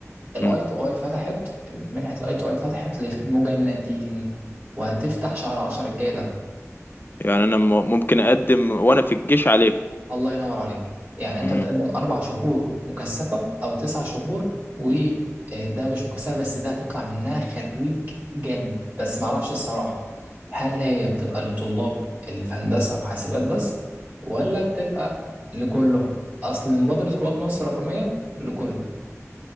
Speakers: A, on the right; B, on the left.
A: الاي
B: م.
A: تو اي فتحت منحه الاي تو اي فتحت للمجندين وهتفتح شهر 10 الجاي ده
B: يعني انا م- ممكن اقدم وانا في الجيش عليها
A: الله ينور عليك يعني انت
B: م-
A: بتقدم اربع شهور مكثفه او تسع شهور وده مش مكثفه بس ده هتطلع منها خريج جامد بس معرفش الصراحه هل هي بتبقى للطلاب اللي في هندسه وحاسبات بس ولا بتبقى لكله اصل مبادره رواد مصر الرقميه لكله